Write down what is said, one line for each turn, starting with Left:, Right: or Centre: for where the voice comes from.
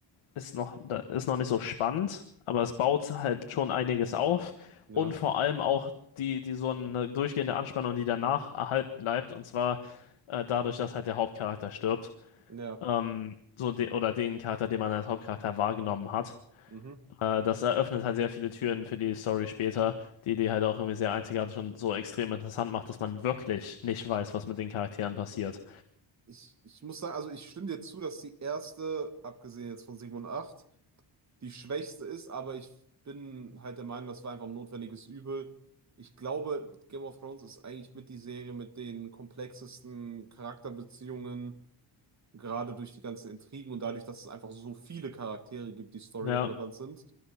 Left: ist noch, da ist noch nicht so spannend, aber es baut halt schon einiges auf
Right: Ja.
Left: und vor allem auch die, die so eine durchgehende Anspannung, die danach erhalten bleibt, und zwar äh, dadurch, dass halt der Hauptcharakter stirbt,
Right: Ja.
Left: ähm, so de oder den Charakter, den man als Hauptcharakter wahrgenommen hat.
Right: Mhm.
Left: Äh, das eröffnet halt sehr viele Türen für die Story später, die die halt auch irgendwie sehr einzigartig und so extrem interessant macht, dass man wirklich nicht weiß, was mit den Charakteren passiert.
Right: Ich, ich muss sagen, also ich stimme dir zu, dass die erste, abgesehen jetzt von 7 und acht die schwächste ist, aber ich bin halt der Meinung, das war einfach ein notwendiges Übel. Ich glaube, Game of Thrones ist eigentlich mit die Serie mit den komplexesten Charakterbeziehungen, gerade durch die ganzen Intrigen und dadurch, dass es einfach so viele Charaktere gibt, die storyrelevant
Left: Ja.
Right: sind.